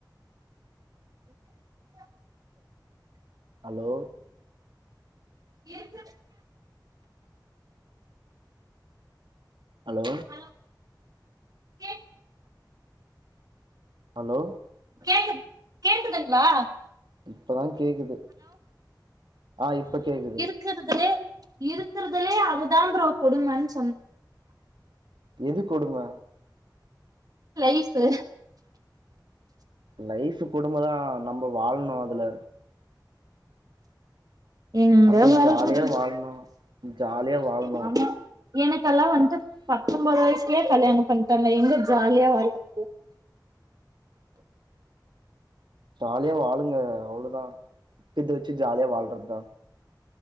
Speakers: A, on the right (about 55°); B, on the right (about 80°).
A: <inaudible>
B: அலோ
A: ஏக்கு
B: அலோ
A: ஹலோ கேக்
B: ஹலோ
A: கேக் கேக்குதுங்ளா
B: இப்பதா கேக்குது ஆ இப்ப கேக்குது
A: க்கறதுலே இருக்கறதுலே அதுதா ப்ரோ கொடுமன் சொன்
B: எது கொடும
A: லைஃப்பு
B: லைஃப் கொடும தா நம்ப வாழணு அதுல
A: எங்க
B: அப்டியே
A: வாழ்றது
B: ஜாலியா வாழ்ணு ஜாலியா வாழ்ணு
A: ப்ரோ ஆமா எனக்கெல்லா வந்ட்டு பத்தொம்போது வயசுலேயே கல்யாணம் பண்ட்டாங்க எங்க ஜாலியா வாழ்றது
B: ஜாலியா வாழுங்க அவ்ளோதா இருக்கத வச்சு ஜாலியா வாழ்றது தா